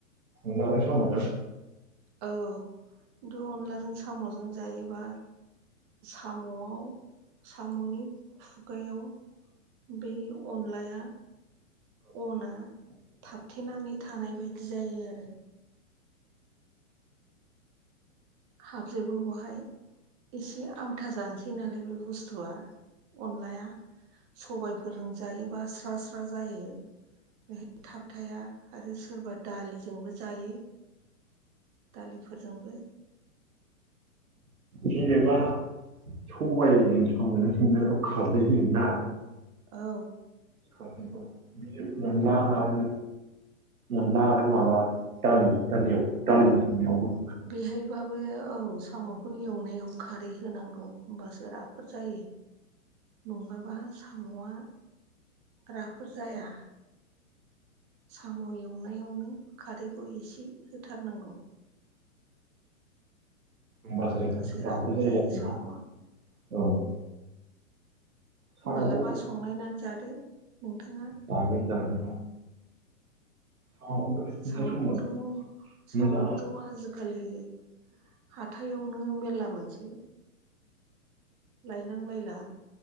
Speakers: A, on the right (about 85°); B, on the right (about 30°).
A: न गोसे मजा <inaudible>
B: औ खिन्थु अनलाजों साम'जों जायोबा साम'आव साम'नि खुगायाव बे अनलाया अना थाबथेनानै थानाय बायदि जायो आरो। हाबजोबो बवहाय। एसे आमथा जानोसै नालाय बे बुस्थुआ अनलाया सबायफोरजों जायो बा स्रा स्रा जायो बेहाय। थाबथाया आरो सोरबा दालिजोंबो जायो। दालिफोरजोंबो
A: जेबा सबायाइजों संनाय संनायाथ' खारै होयोना।
B: औ
A: खारैखौ बियो अनला आरो अनला आरो माबा दालि दालियाव दालिजों सनायावबो।
B: बेहायबाबो औ साम'खौ एवनायाव खारै होनांगौ होनोमबासो राफो जायो। नङाबा साम'आ राफोर जाया साम' एवनायावनो खारैखौ एसे होथारनांगौ
A: हबासो
B: होमबासो राफोद
A: राफो जायो आरोना
B: साम'आ
A: औ साम'खौ
B: मालाबा संलायनानै जादो। नोंथाङा
A: जागोन जागोन साम'खौबो सुनाय
B: साम'खौथ'
A: समाव
B: साम'खौथ'
A: मोजां
B: आजिखालि हाथायावनो मेरला मोनसै लायनांलायला